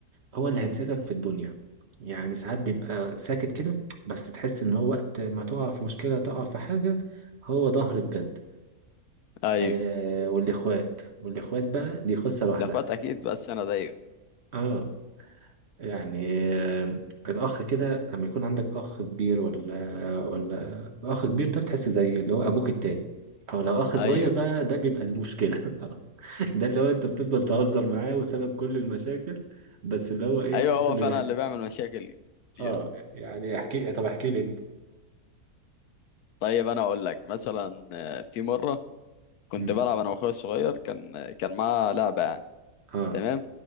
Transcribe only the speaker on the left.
ايوه
الاخوات اكيد بس انا ده ايوه
ايوه
ايوه
هو
فعلا اللي بيعمل مشاكل كتير
طيب انا اقول لك مثلا آه، في مره كنت
بلعب انا واخويا الصغير كان كان معاه لعبه يعني
تمام